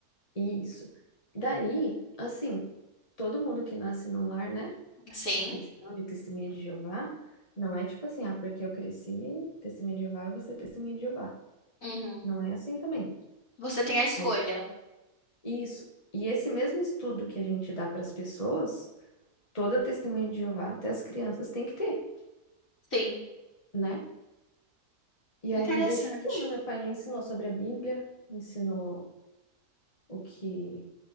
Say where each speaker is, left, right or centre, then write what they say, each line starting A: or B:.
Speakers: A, on the left; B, on the left.
A: Isso. Daí, assim, todo mundo que nasce num lar, né?
B: Sim.
A: Cristão, de testemunha de Jeová, não é tipo assim, ah, porque eu cresci, testemunha de Jeová, eu vou ser testemunha de Jeová.
B: Uhum.
A: Não é assim também.
B: Você tem a escolha.
A: A gen- Isso. E esse mesmo estudo que a gente dá para as pessoas, toda testemunha de Jeová, até as crianças, tem que ter,
B: Sim.
A: né? E
B: Interessante.
A: aí, desde pequena, meu pai me ensinou sobre a Bíblia, me ensinou o que